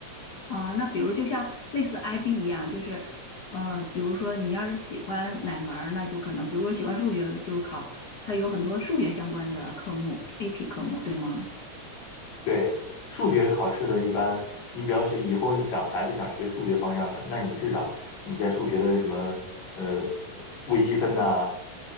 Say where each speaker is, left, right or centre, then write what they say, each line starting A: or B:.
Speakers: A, on the left (about 80°); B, on the left (about 65°).
A: 啊、那比如就像类似 IB 一样，就是，呃，比如说你要是喜欢哪门儿，那就可能，比如说喜欢数学，就是考它有很多数学相关的科目，AP 科目，对吗？
B: 对，数学考试的一般，你比较是以后你想孩子想学数学方向的，那你至少你在数学的什么呃呃微积分呐、